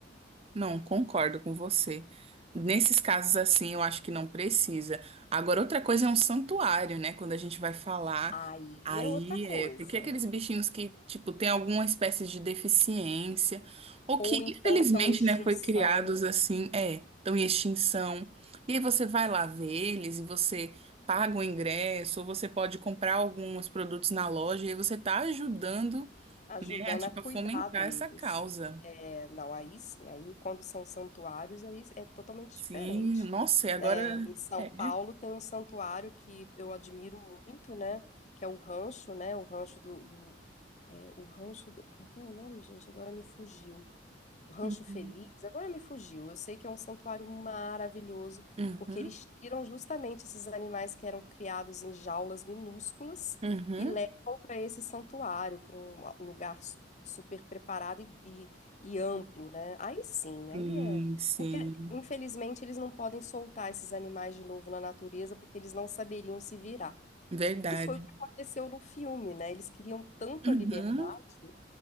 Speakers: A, on the right; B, on the left.
A: Não, concordo com você. Nesses casos assim, eu acho que não precisa. Agora, outra coisa é um santuário, né? Quando a gente vai falar,
B: Aí
A: aí
B: é outra coisa.
A: é porque aqueles bichinhos que, tipo, tem alguma espécie de deficiência, ou
B: Ou
A: que,
B: então
A: infelizmente,
B: estão em extinção,
A: né, foi criados assim, é, estão em extinção. E aí você vai lá ver eles e você paga o ingresso, ou você pode comprar alguns produtos na loja, e aí você tá ajudando,
B: ajudando
A: né, a, tipo,
B: a cuidar
A: a fomentar
B: deles.
A: essa causa.
B: É, não, aí sim, aí quando são santuários, aí é totalmente
A: Sim,
B: diferente,
A: nossa, e agora
B: né? Em São
A: é.
B: Paulo tem um santuário que eu admiro muito, né? Que é o rancho, né? O rancho do, do é, o rancho do, como é que é o nome, gente? Agora me fugiu. Rancho
A: Uhum,
B: Feliz, agora me fugiu. Eu sei que é um santuário maravilhoso,
A: uhum,
B: porque eles tiram justamente esses animais que eram criados em jaulas minúsculas
A: uhum.
B: e levam para esse santuário, para um lugar su- super preparado e, e- e amplo, né? Aí sim,
A: Sim,
B: aí é.
A: sim,
B: Porque, infelizmente, eles não podem soltar esses animais de novo na natureza, porque eles não saberiam se virar.
A: verdade.
B: Que foi o que aconteceu no filme, né? Eles queriam tanto
A: Uhum.
B: a liberdade,